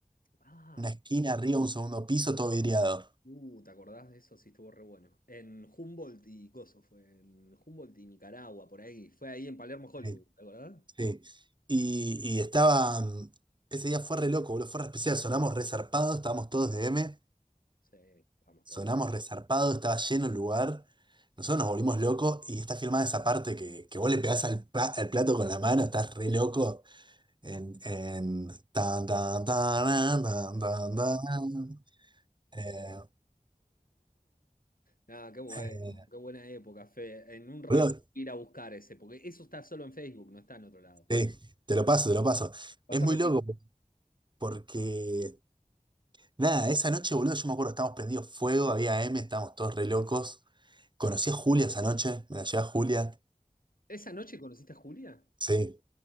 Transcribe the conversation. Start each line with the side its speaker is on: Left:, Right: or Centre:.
Left: Ah,
Right: Una esquina arriba, un segundo piso, todo vidriado.
Left: uh, ¿te acordás de eso? Sí, estuvo re bueno. En Humboldt y Gozo fue. En Humboldt y Nicaragua, por ahí. Fue ahí en Palermo, Hollywood,
Right: Eh,
Left: ¿te acordás?
Right: sí. Y, y estaba. mm, Ese día fue re loco, boludo, fue re especial. Sonamos resarpados, estábamos todos de M.
Left: Sí, estábamos
Right: Sonamos
Left: todos
Right: resarpados, estaba lleno el lugar. Nosotros nos volvimos locos y está filmada esa parte que, que vos le pegás al, pla- al plato con la mano, estás re loco. En, en tan, tan, tan, tan, tan, tan. Eh,
Left: Ah, qué bueno,
Right: eh,
Left: qué buena época, Fe. En un rato
Right: boludo,
Left: voy a ir a buscar ese, porque eso está solo en Facebook, no está en otro lado.
Right: sí, te lo paso, te lo paso.
Left: Pásame
Right: Es muy
Left: el
Right: loco.
Left: link.
Right: Porque, nada, esa noche, boludo, yo me acuerdo, estábamos prendidos fuego, había M, estábamos todos re locos. Conocí a Julia esa noche, me la llevé a Julia.
Left: ¿Esa noche conociste a Julia?
Right: Sí.